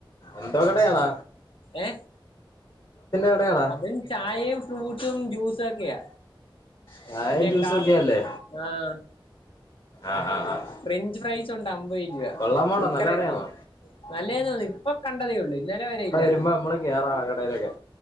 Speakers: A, on the left; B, on the left.
A: എന്തോ കടയഡാ
B: ഏ
A: കടയാടാ
B: അതും ചായയും ഫ്രൂട്ടും ജ്യൂസ ഒക്കെയ
A: ചായയും
B: പിന്നെ
A: ജ്യൂസും
B: കാ
A: ഒക്കെ അല്ലേ
B: ആഹ
A: ആഹ് ആഹ് ആഹ്
B: ഫ്രഞ്ച് ഫ്രൈസ് ഉണ്ട് അമ്പത് രൂപ
A: കൊള്ളാമോടാ
B: സിക്കർ
A: നല്ല കടയാണോ
B: ടിക്കെ നല്ലേ തോന്നുന്നു ഇപ്പൊ കണ്ടതേ ഉള്ളൂ ഇന്നലെ വരെ ഇല്ലയി
A: വരുമ്പ നമ്മള് കേറാം ആ കടയിലൊക്കെ